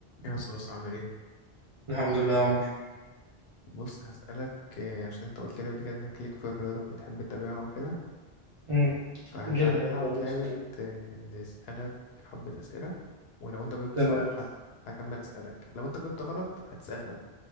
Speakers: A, on the left (about 75°); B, on the right (about 50°).
A: يا صوص عامل ايه
B: الحمد لله يا عمر
A: بص هسألك آه، عشان انت قلت لي قبل كده انك ليك في الرياضة وبتحب تتابعها وكده
B: مم.
A: فتعالى
B: جدا
A: نلعب
B: بموت
A: لعبة
B: فيها
A: آه، نسألك حبة أسئلة ولو انت جبت
B: تمام
A: صح هت... هكمل أسألك لو انت جبت غلط هتسألني انا